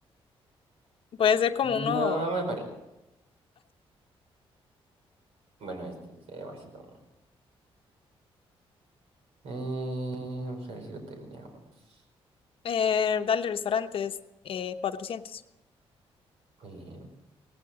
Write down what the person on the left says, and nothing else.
Puede ser como
uno,
eh, dale restaurantes, eh, 400.